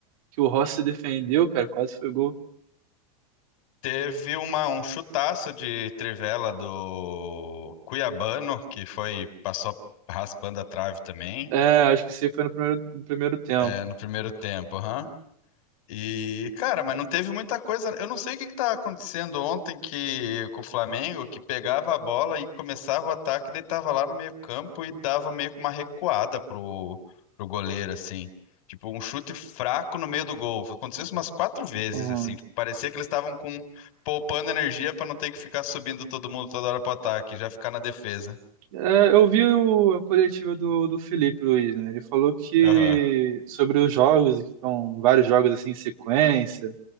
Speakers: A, on the right; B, on the left.
A: que o Rossi defendeu, cara, quase foi gol.
B: Teve uma, um chutaço de trivela do Cuiabano, que foi, passou raspando a trave também,
A: É, acho que isso aí foi no primeiro, no primeiro tempo.
B: é, no primeiro tempo. aham. E, cara, mas não teve muita coisa. Eu não sei o que que tá acontecendo ontem que com o Flamengo, que pegava a bola e começava o ataque, daí tava lá no meio-campo e dava meio que uma recuada pro, pro goleiro, assim. Tipo, um chute fraco no meio do gol. Aconteceu isso umas quatro vezes,
A: Uhum.
B: assim. Tipo, parecia que eles estavam com poupando energia pra não ter que ficar subindo todo mundo toda hora pro ataque, já ficar na defesa.
A: É, eu vi o- a coletiva do, do Felipe Luiz, né? Ele falou que
B: Aham.
A: sobre os jogos, que estão vários jogos assim em sequência.